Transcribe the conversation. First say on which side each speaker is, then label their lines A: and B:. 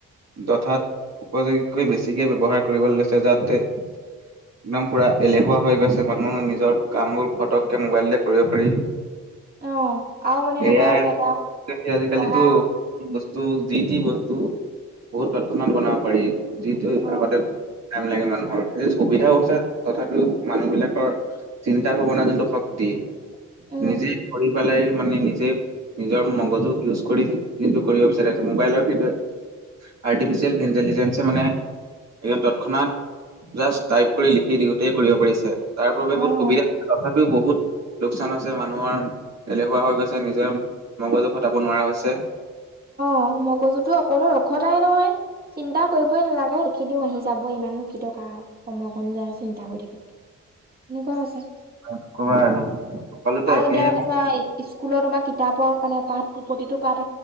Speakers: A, on the right; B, on the right.
A: যথাত উপযোগীকৈ বেছিকে ব্যৱহাৰ কৰিবলৈ লৈছে যাতে একদম পুৰা এলেহুৱা হৈ গৈছে মানুহ নিজৰ কামবোৰ ফটককে মোবাইলতে কৰিব পাৰি।
B: অ আৰু মানে এনেকুৱা
A: এ আই
B: হৈছে এটা
A: আজিকালিটো
B: পঢ়া
A: বস্তু, যি তি বস্তু বহুত তৎক্ষণাত বনাব পাৰি যিটো
B: অ
A: আগতে টাইম লাগে মানুহৰ, স সুবিধাও আছে তথাপিও মানুহবিলাকৰ চিন্তা যোনটো শক্তি,
B: উম
A: নিজেই শৰ পেলাই মানে নিজেই নিজৰ মগজু ইউজ কৰি যিটো কৰিব বিচাৰে মোবাইলৰ সেইটো আৰ্টিফিচিয়েল ইণ্টেলিজেন্ঞ্চ য়ে মানে একদম তৎক্ষণাত জাষ্ট টাইপ কৰি লিখি দিওঁতে কৰিব পাৰিছে তাৰ বাবে
B: অ
A: বহুত সুবিধা তথাপিও বহুত লোকচান হয়চে মানুহৰ এলেহুৱা হৈ গৈছে নিজৰ মগজু খটাব নোৱাৰা হৈছে। <inaudible>
B: অ' মগযুতো অকনো ৰখতাই নহয়, চিন্তা কৰিবই নালাগে লিখি দিওঁ আহি যাব ইমাননো কি দৰকাৰ। <unintelligible> সময়কণ যায় চিন্তা কৰি থাকাত কে সেনেকুৱা হৈছে।
A: নকবা আৰু সকলোতে
B: আও
A: একেই
B: দেন। <unintelligible> স্কুলত তোমাৰ কিতাপৰ মানে পাঠ প্ৰতিটো পাঠ